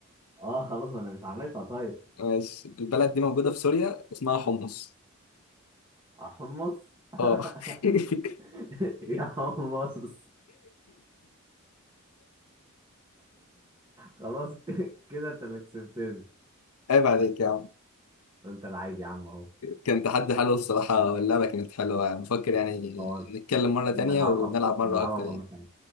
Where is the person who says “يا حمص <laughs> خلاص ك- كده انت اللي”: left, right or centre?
Right